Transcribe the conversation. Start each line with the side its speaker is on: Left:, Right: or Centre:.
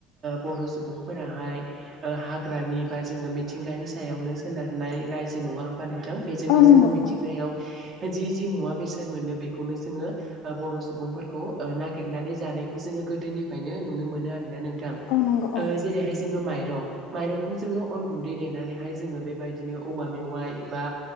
Right: बर' सुबुंफोराहाय हाग्रानि बा जोङो मिथिंगानि सायावनो सोनारनाय रायजो नङा होमबा नोंथां। बेजोंनो
Left: औ नंगौ
Right: जोङो मिथिंगायाव
Left: औ
Right: जि जि मुवा बेसाद मोनो बेखौनो जोङो ओ बर' सुबुंफोरखौ नागिरनानै जानायखौ जोङो गोदोनिफ्रायनो नुनो मोनो आरोना नोंथां
Left: ओ औ नंगौ औ
Right: जेरैहाय जोङो माइरं माइरं माइरंखौ जोङो अन गुन्दै देनानैहाय जोङो बेबायदिनो औवा मेवाइ बा